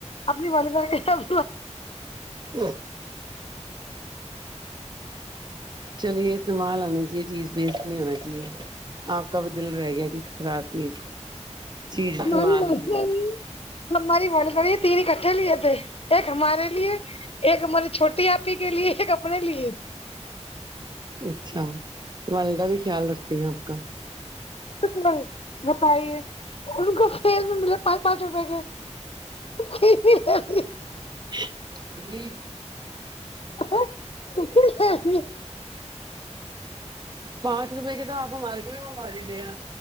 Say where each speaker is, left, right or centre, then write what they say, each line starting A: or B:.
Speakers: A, on the left; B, on the right.
A: آپنی والے ط ب
B: ہ چلیے استعمال آنی چاہیے چیز ویسٹ نہیں ہونا چاہیے آپ کا بھی دل رہ گیا کہ راتی چیز استعمال
A: ہماری والدہ
B: ہو گئی
A: نے ہماری والی یہ تین کٹھے لیے تھے ایک ہمارے لیے ایک ہماری چھوٹی آپی کے لیے ایک اپنے لیے
B: اچھا والدہ بھی خیال رکھتی ہیں آپ کا
A: ک نہیں بتائیے ان کو کھیل میں ملے پانچ پانچ روپئے کے <unintelligible>
B: ج
A: اس
B: پانچ روپئے کے تو آپ ہمارے کو بھی منگوا دیجیے گا